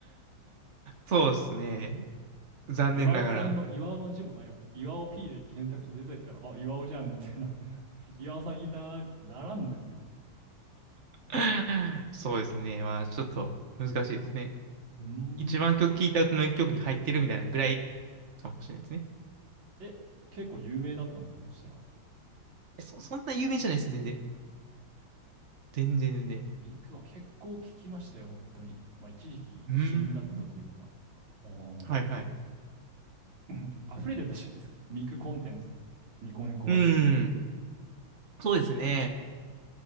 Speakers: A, on the right; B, on the right.
A: そうですね。残念ながら。
B: だって岩尾さんの岩尾の字もないわけ。岩尾 P で検索して出てきたら、あ、岩尾じゃんみたいな。<laughs> 岩尾さんいたーってならんですよ。
A: <laughs> そうですね。まあ、ちょっと難しいですね。
B: うーん。
A: 一番曲聴いた歌の一曲に入ってるみたいなぐらいかもしれないですね。
B: え、結構有名だったんですかそしたら。
A: えそ、そんな有名じゃないです、全然。全然全然。
B: でミクは結構聞きましたよ、本当に。まあ一時期旬だったというか。
A: うーん。
B: おー。
A: はいはい。
B: もう溢れてたじゃないですか。ミクコンテンツで。ニコニコは。
A: うーん。そうですね。